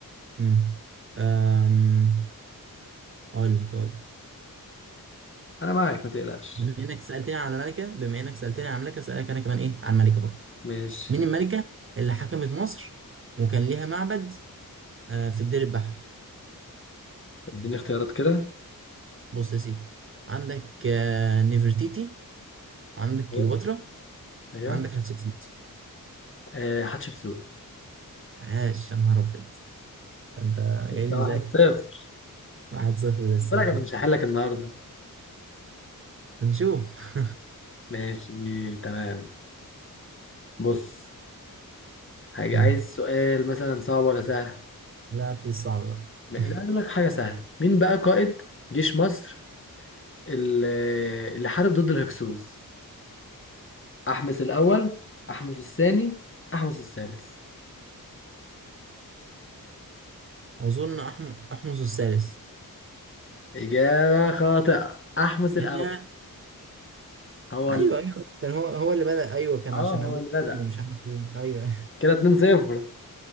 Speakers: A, on the right (about 40°); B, on the left (about 35°).
A: مم. أم... أقول لك أقول لك
B: انا معاك ما تقلقش
A: بما إنك سألتني عن الملكة بما إنك سألتني عن الملكة أسألك أنا كمان إيه عن الملكة برضه
B: ماشي
A: مين الملكة اللي حكمت مصر وكان ليها معبد آه في الدير البحري
B: اديني اختيارات كده
A: بص يا سيدي عندك آه نفرتيتي وعندك
B: ايوه
A: كليوباترا
B: ايوه
A: وعندك حتشبسوت
B: آه، حتشبسوت
A: عاش يا نهار أبيض ده أنت جاي
B: انت
A: لي
B: واحد
A: مذاكر
B: صفر
A: واحد صفر لسه
B: خد بالك
A: للأسف
B: انا مش هحلك النهارده
A: هنشوف
B: ماشي تمام بص حاجة
A: مم.
B: عايز سؤال مثلا صعب ولا سهل
A: لا هات لي الصعب بقى
B: م- لا
A: <laughs>
B: اقول لك حاجة سهلة مين بقى قائد جيش مصر اللي اللي حارب ضد الهكسوس أحمس الأول أحمس الثاني أحمس الثالث
A: أظن أحمس أحمس الثالث
B: إجابة خاطئة أحمس الأول
A: ياه،
B: هو
A: ايوه
B: ال...
A: ايوه صح، كان هو هو اللي بدأ ايوه كان
B: اه
A: عشان
B: هو
A: ابوه
B: اللي بدأ
A: مش عارف ايه ايوه <laughs>
B: كده 2-0